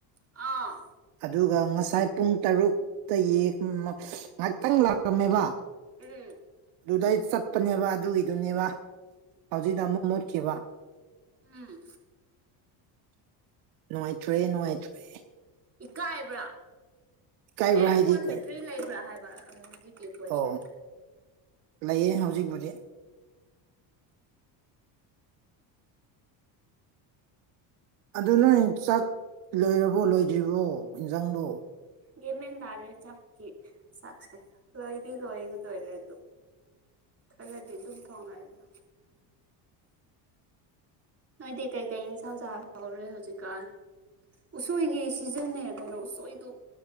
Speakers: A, on the right; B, on the right.
A: ꯑꯥ
B: ꯑꯗꯨꯒ ꯉꯁꯥꯏ ꯄꯨꯡ ꯇꯔꯨꯛꯇꯒꯤ ꯉꯥꯏꯍꯥꯛꯇꯪ ꯂꯥꯛꯂꯝꯝꯃꯦꯕ
A: ꯎꯝ
B: ꯑꯗꯨꯗꯩ ꯆꯠꯄꯅꯦꯕ ꯑꯗꯨꯒꯤꯗꯨꯅꯦꯕ ꯍꯧꯖꯤꯛꯅ ꯑꯃꯨꯛ ꯃꯨꯠꯈꯤꯕ
A: ꯎꯝ
B: ꯅꯨꯡꯉꯥꯏꯇ꯭ꯔꯦ ꯅꯨꯡꯉꯥꯏꯇ꯭ꯔꯤꯦ
A: ꯏꯀꯥꯏꯕ꯭ꯔꯥ
B: ꯏꯀꯥꯏꯕ꯭ꯔꯥ
A: ꯑꯦ
B: ꯍꯥꯏꯗꯤ
A: ꯐꯣꯟ
B: ꯀꯩ
A: ꯕꯦꯇ꯭ꯔꯤ ꯂꯩꯕ꯭ꯔꯥ ꯍꯥꯏꯕ ꯀꯣꯏꯁꯟꯗꯣ
B: ꯑꯣ ꯂꯩꯌꯦ ꯍꯧꯖꯤꯛ ꯍꯧꯗꯤꯛ ꯑꯗꯨ ꯅꯣꯏ ꯆꯥꯛ ꯂꯣꯏꯔꯕꯣ ꯂꯣꯏꯗ꯭ꯔꯤꯕꯣ ꯌꯦꯟꯖꯥꯡꯗꯨꯣ
A: ꯒꯃꯦꯦꯟꯟ ꯇꯥꯗꯦ ꯆꯞꯀꯤꯈꯤ ꯁꯥꯁꯦ ꯂꯣꯏꯗꯤ ꯂꯣꯏꯒꯗꯣꯏꯂ ꯑꯗꯨꯗꯨ ꯈꯔꯂꯗꯤ ꯑꯗꯨꯝ ꯊꯣꯡꯉꯛꯑꯗ ꯅꯣꯏꯗꯤ ꯀꯩꯀꯩ ꯏꯟꯁꯥꯡ ꯆꯥ ꯍꯧꯔꯦ ꯍꯧꯖꯤꯛꯀꯥꯟ. ꯎꯁꯣꯏꯒꯤ ꯁꯤꯖꯟꯅꯦ ꯀꯩꯅꯣ ꯎꯁꯣꯏꯗꯨ